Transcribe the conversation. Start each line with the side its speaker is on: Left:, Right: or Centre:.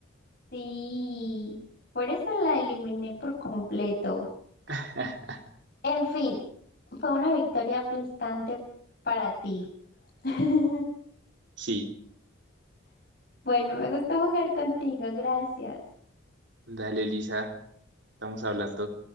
Left: Sí. Por eso la eliminé por completo.
Right: <laughs>
Left: En fin, fue una victoria aplastante para ti. <laughs>
Right: sí,
Left: Bueno, me gustó jugar contigo, gracias.
Right: dale, Lisa, estamos hablando.